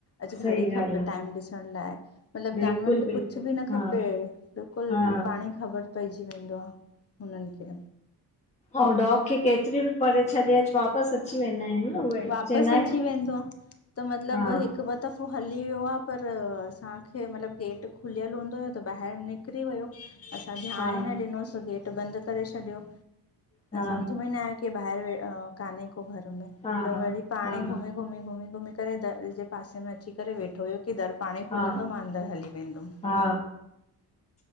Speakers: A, on the left; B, on the left.
A: अॼु
B: सही
A: घणी
B: ॻाल्हि
A: खपे
B: आहे
A: टाइम ॾिसण लाइ मतलबु
B: बिल्कुलु
A: जानवरनि खे
B: बिल्कुलु
A: कुझु बि न
B: हा
A: खपे बिल्कुल
B: हा
A: पाणेई ख़बर पइजी वेंदो आहे हुननि खे
B: ऐं डॉग खे केतिरी बि परे छॾे अच वापसि अची वेंदा आहिनि उहे
A: वापसि
B: चवंदा आहिनि
A: अची
B: न
A: वेंदो आ त मतिलबु
B: हा
A: हिकु ॿ दफो पोइ हली वियो आहे पर असांखे मतलबु गेट खुलियलु हूंदोआ त ॿाहिरि निक निकिरी वियो असां ध्यानु
B: हा
A: ई न ॾिनोसि गेट बंदि करे छॾियो
B: हा
A: सम्झ में इ न आयो कि हे ॿाहिरि कान्हे को घर में
B: हा
A: त
B: हा
A: वरी पाणे
B: हा
A: ई घुमी घुमी घुमी घुमी करे दरि ॼे पासे में अची करे वेठ‌ो वेठो हुयो कि दर पांणेई
B: हा
A: खुलंदो मां अंदरि हली वेंदुमि
B: हा